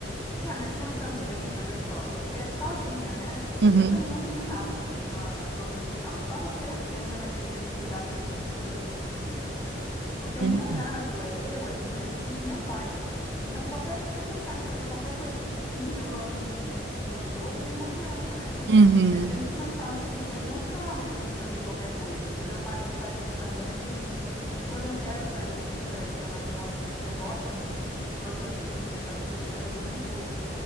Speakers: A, on the left (about 20°); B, on the right (about 70°).
A: É, mas pensando bem, olha só, você é sozinha, né?
B: Uhum,
A: Eu também não teria um carro no- na, na sua posição. É só você, você ainda vai ter que ali lidar com os custos de coisas que você nem precisa. Porque o
B: uhum.
A: meu caso é eu, é minha filha e meu pai. Então, qualquer, se eu pensar em fazer qualquer coisinha assim, eu ando com, com um idoso e uma criança, né? <laughs>
B: Uhum.
A: É sempre mais fácil que tenha um carro para a gente fazer qualquer coisa. Para o meu pai, para sair, ficar andando é ruim. E se, quando eu quero sair, assim, para ir para mais longe, minha filha gosta muito todas essas minhas aventuras ela também curte.